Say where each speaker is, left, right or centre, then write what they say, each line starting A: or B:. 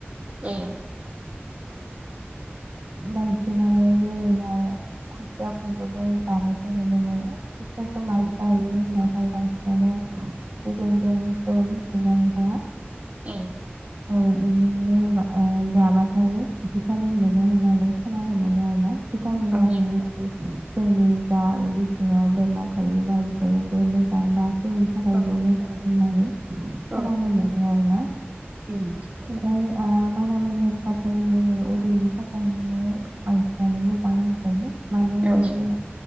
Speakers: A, on the right; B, on the right.
A: औ
B: बांसिनानो जेरैहाय खुसियाफोरफोरखौबो जानायखौ नुनो मोनो खुसियाखौ मायो
A: औ
B: जायो होनावहाय बांसिनानो खिफि बेनदोंखौ मिथिनानै दा
A: औ
B: औ बिदिनो जाबाथाय भिटामिन मोनो होननानै खोनानो मोनो आरोना भिटामिन
A: औ
B: जोंनि जा उदै सिङाव बेमार थायो बायफोर बे मोजां बा जोंनि थाखायबो
A: औ
B: मोजां होननानै
A: औ
B: खोनानो मोनदों आरो ना
A: उम
B: फाय आ मानामुनि होबाथाय जोङो उदैनि थाखायनो बायसिनानो मोजां होनजायो मानो होनोबा
A: औ
B: जों